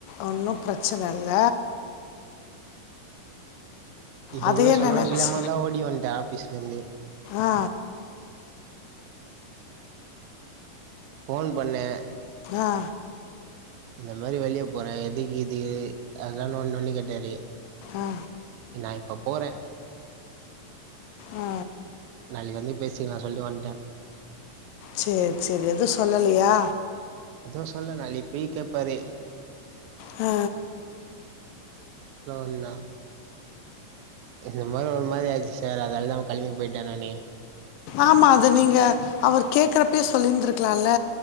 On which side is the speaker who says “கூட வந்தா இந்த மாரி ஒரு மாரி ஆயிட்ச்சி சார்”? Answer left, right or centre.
Right